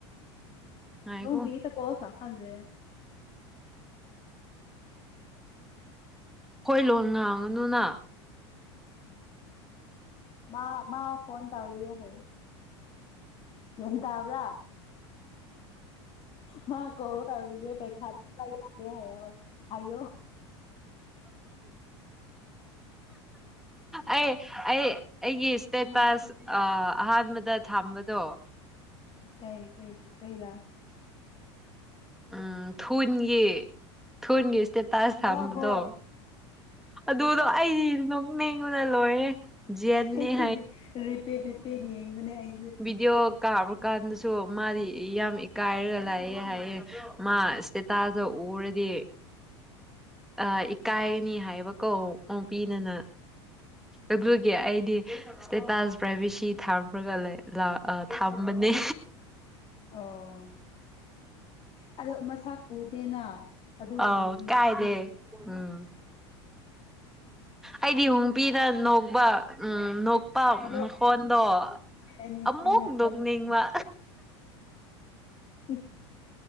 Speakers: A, on the left (about 40°); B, in the centre.
A: <unintelligible>
B: ꯉꯥꯏꯈꯣ
A: ꯈꯪꯗꯦ
B: ꯍꯣꯏ ꯂꯣꯟ ꯉꯥꯡꯉꯅꯨꯅ
A: ꯃꯥ ꯃꯥ ꯐꯣꯟ ꯇꯧꯔꯤ ꯍꯥꯖꯤꯛ ꯒꯌ꯭ꯥꯟꯇꯕ꯭ꯔꯥ ꯃꯥ ꯀꯣꯜ ꯇꯧꯔꯤ ꯄꯥꯏꯈꯠꯂꯒꯦ ꯗꯦ ꯍꯥꯏ ꯍꯥꯏꯌꯣ
B: ꯑꯩ ꯑꯩ ꯑꯩꯒꯤ ꯏꯁꯇꯦꯇꯁ ꯑꯍꯥꯟꯕꯗ ꯊꯝꯕꯗꯣ
A: ꯀꯩ ꯀꯩ ꯀꯩꯗ
B: ꯎꯝ ꯊꯨꯅꯤ ꯌꯦ ꯊꯨꯟꯁꯤ ꯏꯁꯇꯦꯇꯁ ꯊꯝꯕꯗꯣ
A: ꯑꯣ ꯍꯣꯏ
B: ꯑꯗꯨꯗꯣ ꯑꯩꯗꯤ ꯅꯣꯛ ꯅꯤꯡꯕꯅ ꯂꯣꯏꯔꯦ ꯖꯦꯟꯅꯦ
A: ꯑꯩꯗꯣ ꯔꯤꯄꯤꯠ ꯔꯤꯄꯤꯠ ꯌꯦꯡꯕꯅꯦ ꯑꯩ
B: ꯕꯤꯗꯤꯌꯣ ꯀꯥꯕ ꯀꯥꯟꯗꯁꯨ ꯃꯥꯗꯤ ꯌꯥꯝ ꯀꯥꯥꯏꯒ ꯂꯩꯌꯦ ꯍꯥꯏꯌꯦ ꯃꯥ ꯏꯁꯇꯦꯇꯁꯇꯣ ꯎꯔꯗꯤ ꯑ ꯏꯀꯥꯏꯅꯤ ꯍꯥꯏꯕꯀꯣ ꯎꯕꯤꯅꯤꯅ ꯑꯗꯨꯒꯤ ꯑꯩꯗꯤ ꯏꯁꯇꯦꯇꯁ ꯄ꯭ꯔꯥꯏꯚꯦꯁꯤ ꯊꯝꯃꯒ ꯂꯩ ꯂꯥ ꯑ ꯊꯝꯕꯅꯦ
A: ꯑꯣ ꯑꯣ ꯃꯁꯛ ꯎꯗꯦꯅ ꯑꯗꯨ
B: ꯑꯥꯎ
A: ꯎꯗ꯭ꯔꯗꯤ
B: ꯀꯥꯏꯗꯦ ꯎꯝ ꯑꯩꯗꯤ ꯋꯤꯎꯄꯤꯅ ꯅꯣꯛꯄ ꯎꯝ ꯅꯣꯛ
A: ꯑꯗꯣ
B: ꯃꯈꯣꯟꯗꯣ
A: ꯑꯩꯅ
B: ꯑꯃꯨꯛ
A: ꯑꯩꯅ
B: ꯅꯣꯛꯅꯤꯡꯕ
A: ꯍꯣꯏ ꯎ